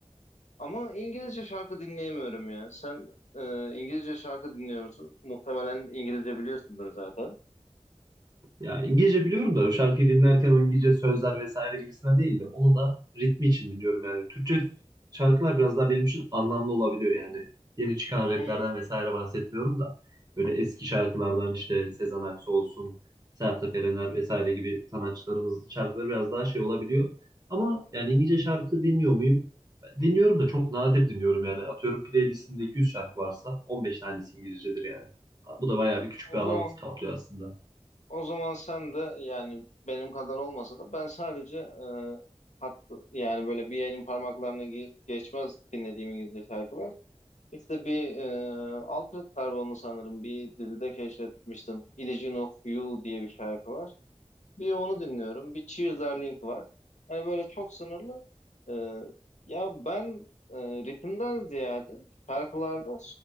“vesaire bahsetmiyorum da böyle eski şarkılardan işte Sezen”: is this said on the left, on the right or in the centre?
Right